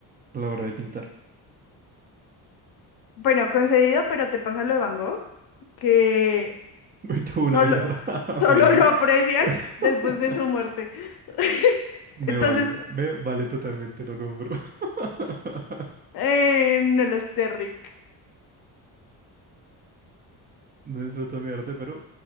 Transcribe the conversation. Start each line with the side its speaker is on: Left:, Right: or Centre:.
Right: a la hora de pintar.
Left: Bueno, concedido, pero te pasa lo de Van Gogh, que
Right: <laughs> Hoy tuve una
Left: Solo,
Right: vida <laughs>
Left: solo
Right: malísima.
Left: lo aprecian
Right: <laughs>
Left: después de su muerte. <laughs>
Right: Me
Left: Entonces,
Right: vale, me vale totalmente, lo compro. <laughs>
Left: eh, no lo sé, Rick.
Right: No disfruto mi arte, pero